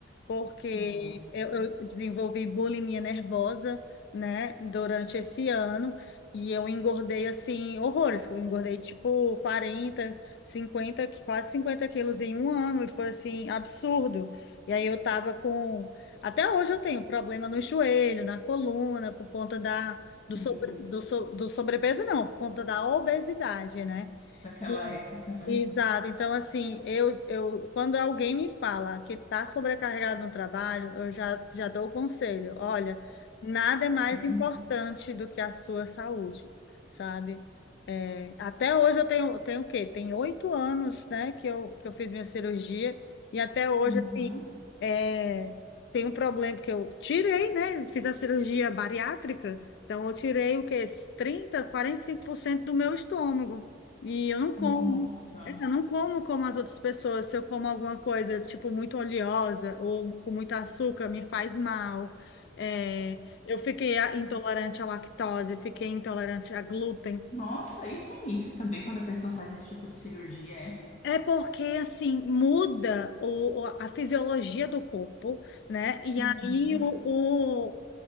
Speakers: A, on the left (about 65°); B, on the left (about 40°).
A: porque
B: Nossa.
A: eu, eu desenvolvi bulimia nervosa, né, durante esse ano, e eu engordei assim, horrores. Eu engordei tipo quarenta cinquenta qui- quase 50 quilos em um ano, e foi assim, absurdo. E aí eu tava com. Até hoje eu tenho problema no joelho, na coluna, por conta da. Do,
B: Hum,
A: sobre, do, so- do sobrepeso, não, por conta da obesidade, né?
B: daquela
A: Me
B: época, né?
A: Exato. Então, assim, eu, eu quando alguém me fala que está sobrecarregado no trabalho, eu já, já dou o conselho. Olha, nada é mais
B: Sim.
A: importante do que a sua saúde, sabe? É, até hoje eu tenho, tenho o quê? Tem oito anos, né, que eu, que eu fiz minha cirurgia e até hoje,
B: Uhum.
A: assim, é, tem um problema que eu tirei, né? Fiz a cirurgia bariátrica, então eu tirei o quê? trinta, quarenta e cinco por cento do meu estômago. E eu não como.
B: Nossa.
A: É, Eu não como como as outras pessoas. Se eu como alguma coisa, tipo, muito oleosa ou com muito açúcar, me faz mal. É, eu fiquei a- intolerante à lactose, fiquei intolerante a glúten.
B: Nossa, e tem isso também quando a pessoa faz esse tipo de cirurgia, é?
A: É porque, assim, muda o, o- a fisiologia do corpo, né? E
B: Uhum,
A: aí o,